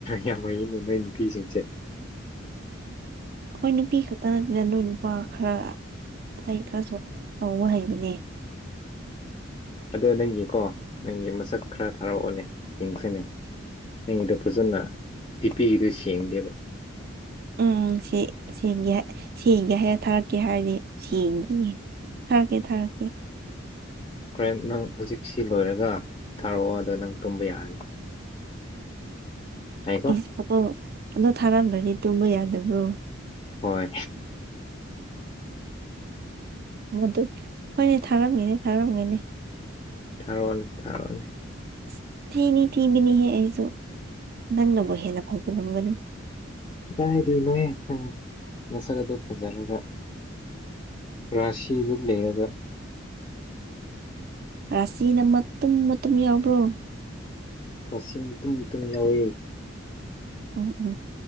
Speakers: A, on the left (about 25°); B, on the right (about 50°).
A: ꯌꯥꯝ ꯃꯩꯅꯦ ꯅꯣꯏ ꯅꯨꯄꯤꯁꯤꯡꯁꯦ
B: ꯑꯩꯈꯣꯏ ꯅꯨꯄꯤ ꯈꯛꯇ ꯅꯠꯇꯗ ꯅꯣꯏ ꯅꯨꯄꯥ ꯈꯔ ꯑꯇꯩ ꯈꯔꯁꯨ ꯇꯕ ꯍꯩꯕꯅꯦ
A: ꯑꯗ ꯅꯪꯒꯤꯀꯣ ꯅꯪꯒꯤ ꯃꯁꯛ ꯈꯔ ꯊꯥꯔꯛꯑꯣꯅꯦ ꯌꯦꯡꯁꯅꯦ ꯑꯩꯒꯤꯗ ꯐꯖꯅ ꯇꯤꯄꯤꯒꯤꯗꯨ ꯁꯦꯡꯗꯦꯕ
B: ꯎꯝ ꯁꯤꯒꯤ ꯁꯤꯒ ꯍꯦꯛ ꯊꯥꯔꯛꯀꯦ ꯍꯥꯏꯗꯤ ꯁꯤꯒꯤ ꯊꯔꯀꯦ ꯊꯔꯀꯦ
A: ꯍꯣꯔꯦꯟ ꯅꯪ ꯍꯧꯖꯤꯛꯁꯤ ꯂꯣꯏꯔꯒ ꯊꯥꯔꯛꯑꯣꯗ ꯅꯪ ꯇꯨꯝꯕ ꯌꯥꯔꯅꯤ ꯌꯥꯏꯀꯣ
B: ꯏꯁ ꯄꯣꯠꯇꯣ ꯑꯗꯣ ꯊꯥꯔꯂ꯭ꯔꯗꯤ ꯇꯨꯝꯕ ꯌꯥꯗꯕ꯭ꯔꯣ
A: ꯍꯣꯏ
B: ꯃꯏ ꯍꯣꯏꯅꯦ ꯊꯥꯔꯝꯒꯅꯦ ꯊꯥꯔꯝꯒꯅꯦ
A: ꯊꯥꯔꯛꯑꯣꯅꯤ ꯊꯥꯔꯛꯑꯣꯅꯦ
B: ꯑꯁ ꯊꯤꯅꯤ ꯊꯤꯕꯤꯅꯤꯍꯦ ꯑꯩꯁꯨ ꯅꯪꯅꯕꯨ ꯍꯦꯟꯅ ꯐꯖꯂꯝꯝꯒꯅꯤ
A: ꯀꯗꯥ ꯍꯥꯏꯗꯤ ꯅꯣꯏꯍꯦꯪ ꯃꯁꯛ ꯑꯗꯨ ꯐꯖꯔꯒ ꯔꯥꯁꯤꯗꯨ ꯂꯩꯔꯒ
B: ꯔꯁꯤꯅ ꯃꯇꯨꯝ ꯃꯇꯨꯝ ꯌꯥꯎꯕ꯭ꯔꯣ
A: ꯨꯔ꯭ꯁꯤ ꯃꯇꯨꯝ ꯃꯇꯨꯝ ꯌꯥꯎꯌꯦ
B: ꯎꯝ ꯎꯝ